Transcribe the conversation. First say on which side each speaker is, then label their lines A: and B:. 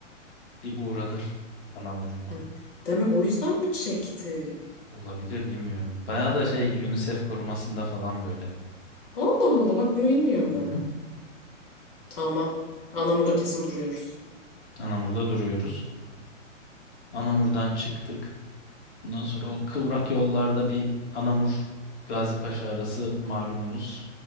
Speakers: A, on the left (about 60°); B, on the left (about 40°).
A: Bir uğranır Anamur'uma.
B: Hı. Demek o yüzden mi çekti?
A: Olabilir bilmiyorum. Bayağı da şey UNICEF korumasında falan böyle.
B: Allah Allah bak bunu bilmiyordum.
A: Hı hı.
B: Tamam. Anamur'da kesin duruyoruz.
A: Anamur'da duruyoruz. Anamur'dan çıktık. Bundan sonra o kıvrak yollarda bir Anamur Gazipaşa arası malumunuz.